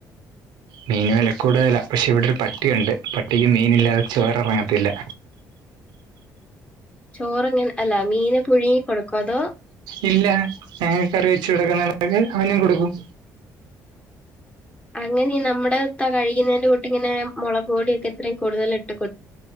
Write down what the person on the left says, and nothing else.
ചോറെങ്ങനെ അല്ല മീന് പുഴുങ്ങി കൊടുക്കും അതോ
അങ്ങനെ നമ്മുടെ ത്ത കഴിക്കുന്നേൻ്റെ കൂട്ടിങ്ങനെ മുളക് പൊടിയൊക്കെ ഇത്രയും കൂടുതൽ ഇട്